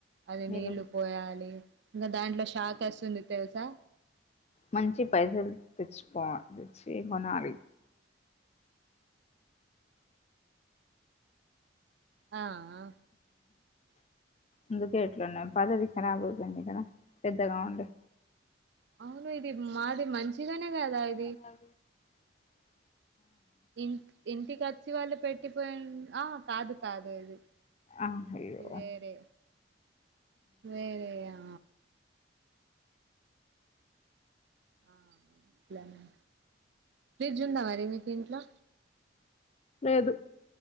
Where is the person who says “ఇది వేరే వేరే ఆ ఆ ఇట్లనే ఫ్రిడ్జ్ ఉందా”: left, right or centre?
Right